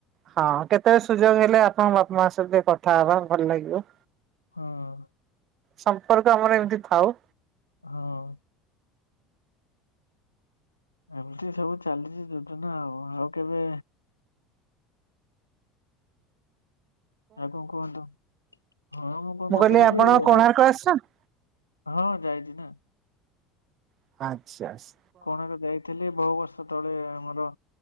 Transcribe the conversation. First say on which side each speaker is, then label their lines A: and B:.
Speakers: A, on the right; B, on the left.
A: ହଁ କେତେବେଳେ ସୁଯୋଗ ହେଲେ ଆପଣଙ୍କ ବାପା ମାଙ୍କ ସହିତ ଟିକେ କଥା ହବା ଭଲ ଲାଗିବ।
B: ହଁ।
A: ସମ୍ପର୍କ ଆମର ଏମିତି ଥାଉ।
B: ହଁ। ଏମିତି ସବୁ ଚାଲିଚି ଯୋଜନା ଆଉ। ଆଉ କେବେ ଆଉ କଣ କୁହନ୍ତୁ। ହଁ ମୁଁ କଣ କହୁଥିଲି
A: କହିଲି ଆପଣ
B: କି
A: କୋଣାର୍କ
B: ଆଉ
A: ଆସିଛନ୍ତି?
B: ହଁ ଯାଇଛି ନା।
A: <unintelligible>
B: କୋଣାର୍କ ଯାଇଥିଲି ବହୁ ବର୍ଷ ତଳେ ଆମର